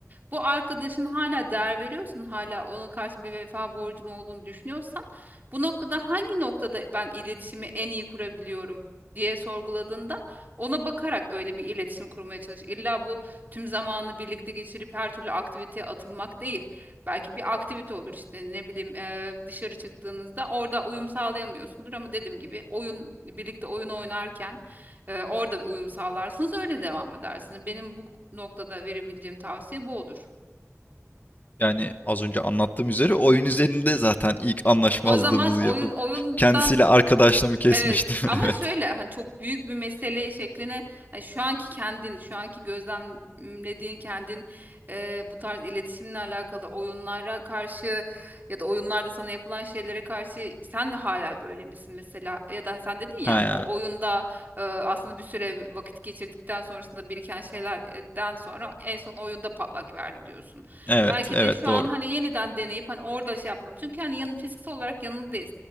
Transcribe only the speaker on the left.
yani az önce anlattığım üzere oyun üzerinde zaten ilk anlaşmazlığımızı
yapıp
kendisiyle arkadaşlığımı kesmiştim.
<laughs> Evet.
Ha,
evet,
evet
doğru.